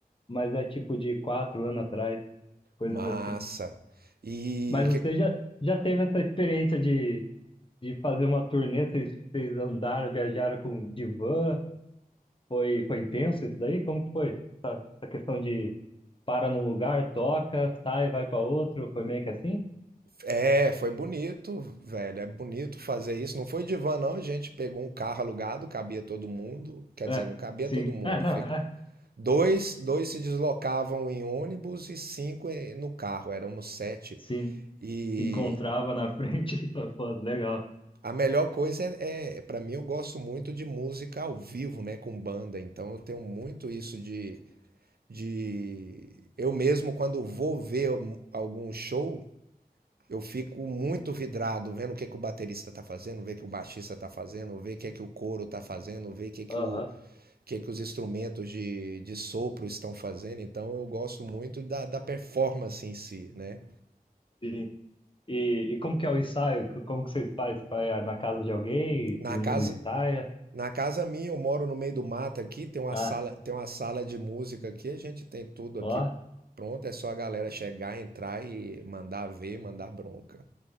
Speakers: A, on the left (about 35°); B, on the right (about 80°).
A: mas é tipo de quatro anos atrás, coisas
B: Massa.
A: assim.
B: E
A: Mas você
B: que,
A: já, já teve essa experiência de, de fazer uma turnê? Vocês, vocês andaram, viajaram com de van? Foi, foi intenso isso daí? Como que foi? Essa questão para no lugar, toca, sai, vai para outro, foi meio que assim?
B: é, foi bonito, velho. É bonito fazer isso. Não foi divã, não. A gente pegou um carro alugado, cabia todo mundo. Quer
A: É,
B: dizer, não cabia
A: sim.
B: todo mundo.
A: É, não,
B: Fica...
A: é,
B: Dois, dois se deslocavam em ônibus e cinco em- no carro. Éramos sete.
A: sim.
B: E,
A: Se encontrava na frente, <laughs> então, pô, legal.
B: A melhor coisa é, é para mim, eu gosto muito de música ao vivo, né, com banda. Então eu tenho muito isso de, de... eu mesmo quando vou ver um- algum show, eu fico muito vidrado vendo o que que o baterista tá fazendo, ver o que o baixista tá fazendo, ver o que que o coro tá fazendo, ver o que que
A: Aham,
B: o o que que os instrumentos de, de sopro estão fazendo. Então eu gosto muito da, da performance em si, né?
A: sim. E, e como que é o ensaio? Que- Como que vocês fazem? Vai ah, na casa de alguém,
B: Na
A: todo
B: casa,
A: mundo ensaia?
B: Na casa minha, eu moro no meio do mato aqui, tem uma
A: Ah,
B: sala, tem uma sala de música aqui, a gente tem tudo aqui
A: ó,
B: pronto, é só a galera chegar, entrar e mandar ver, mandar bronca.